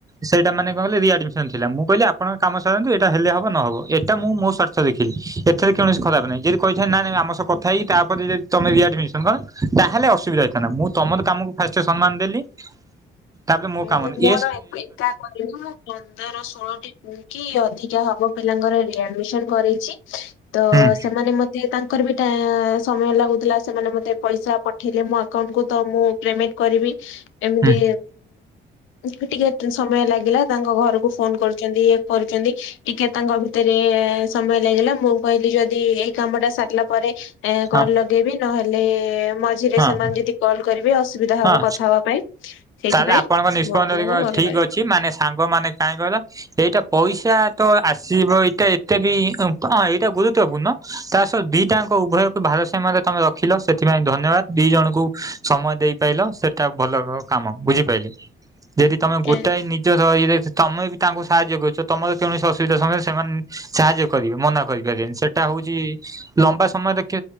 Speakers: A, on the right (about 15°); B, on the left (about 80°).
A: ସେଇଟା ମାନେ କଣ କହିଲେ ରିଆଡମିସନଥିଲା, ମୁଁ କହିଲି ଆ ଆପଣ ଙ୍କ କାମ ସାରନ୍ତୁ ଏଟା ହେଲେ ହବ ନହବ ଏଟା ମୁଁ ମୋ ସ୍ୱାର୍ଥ ଦେଖି ଏଥିରେ କୌଣସି ଖରାପ ନାଇଁ ଯଦି କହିଥାନ୍ତି, ନାଇଁ ନାଇଁ ଆମ ସହ କଥା ହେଇ, ତାପରେ ଯଦି ତମେ ରିଆଡିମିସନ କର ତାହେଲେ ଅସୁବିଧା <unintelligible> ମୁଁ ତମର କାମକୁ ଫାଷ୍ଟ ସମ୍ମାନ ଦେଲି। ତାପରେ ମୋ
B: ମୁଁ
A: କାମ
B: ମୋର
A: ଏ
B: ଏକା କରିନି ମୁଁ ପନ୍ଦର ଷୋଳ ଟି କି ଅଧିକା ହବ ପିଲାଙ୍କର ରିଆଡମିସନ କରେଇଛି, ତ
A: ହୁଁ ହୁଁ
B: ସେମାନେ ମତେ ତାଙ୍କ କରିବା ଟା ସମୟ ଲାଗୁଥିଲା, ସେମାନେ ମତେ ପଇସା ପଠେଇଲେ ମୋ ଆକାଉଣ୍ଟକୁ ତ ମୁଁ ପେମେଣ୍ଟ କରିବି ଏମିତି
A: ହୁଁ
B: ଉ ଟିକେ ସମୟ ଲାଗିଲା। ତାଙ୍କ ଘରକୁ ଫୋନ କରୁଛନ୍ତି କରୁଛନ୍ତି, ଟିକେ ତାଙ୍କ ଭିତରେ ସମୟ ଲାଗିଲା ମୁଁ କହିଲି ଯଦି ଏଇ କାମଟା ସାରିଲା ପରେ
A: ହଁ
B: କଲ ଦେବି ନହେଲେ ମଝିରେ
A: ହଁ
B: ସେମାନେ ଯଦି କଲ କରିବେ ଅସୁବିଧା ହବ
A: ହଁ
B: କଥା ହବା ପାଇଁ। ସେଇଥିପାଇଁ
A: ତାହେଲେ ଆପଣଙ୍କ ନିଷ୍ପତ୍ତି
B: ମୁଁ ଆପଣଙ୍କୁ କଲ୍
A: ଠିକ ଅଛି ମାନେ ସାଙ୍ଗମାନେ କାହିଁ କହିଲ? ଏଇଟା ପଇସା ତ ଆସିବ ଏଇଟା ଏତେ ବି କଣ ଏଇଟା ଗୁରୁତ୍ୱପୂର୍ଣ୍ଣ? ତା ସହ ଦିଟା ଯାଙ୍କ ଉଭୟକୁ ଭାରସମାରେ ତମେ ରଖିଲ ସେଥିପାଇଁ ଧନ୍ୟବାଦ ଦି ଜଣଙ୍କୁ। ସମୟ ଦେଇପାଇଲ ସେଇଟା ଭଲ କାମ ବୁଝିପାଇଲେ, ଯଦି ତମେ ଗୋଟାଏ
B: କରିବି।
A: ନିଜର ଇଏ ତମେ ବି ତାଙ୍କୁ ସାହାଯ୍ୟ କରୁଛ। ତମର କୌଣସି ଅସୁବିଧା ସମୟରେ ସେମାନେ ସାହାଯ୍ୟ କରିବେ ମନା କରିପାରିବେନି, ସେଟା ହଉଛି ଲମ୍ବା ସମୟ ଦେଖି